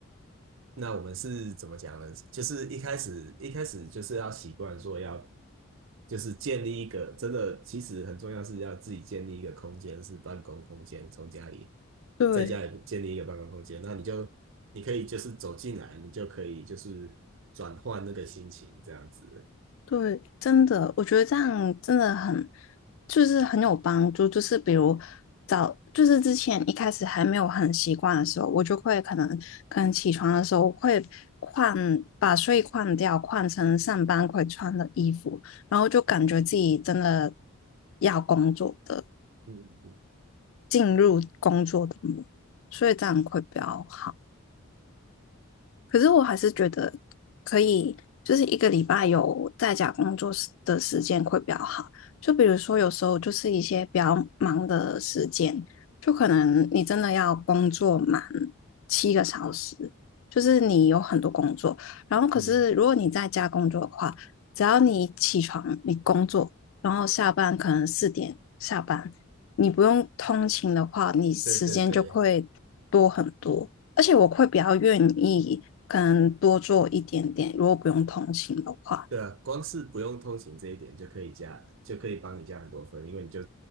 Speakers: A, on the right (about 60°); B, on the left (about 65°).
A: 那我们是怎么讲呢？就是一开始一开始就是要习惯说要，就是建立一个真的，其实很重要是要自己建立一个空间，是办公空间，从家里
B: 对
A: 在家里建立一个办公空间，那你就你可以就是走进来，你就可以就是转换那个心情这样子。
B: 对，真的，我觉得这样真的很就是很有帮助。就是比如早就是之前一开始还没有很习惯的时候，我就会可能可能起床的时候会换把睡衣换掉，换成上班会穿的衣服。然后就感觉自己真的要工作的
A: 嗯嗯
B: 进入工作的模，所以这样会比较好。可是我还是觉得可以，就是一个礼拜有在家工作时的时间会比较好。就比如说，有时候就是一些比较忙的时间，就可能你真的要工作满七个小时，就是你有很多工作。然后，可是如果你在家工作的话，
A: 嗯，
B: 只要你起床，你工作，然后下班可能四点下班，你不用通勤的话，你时间就会多很多。
A: 对对对。
B: 而且我会比较愿意，可能多做一点点，如果不用通勤的话，
A: 对啊，光是不用通勤这一点就可以加，就可以帮你加很多分，因为你就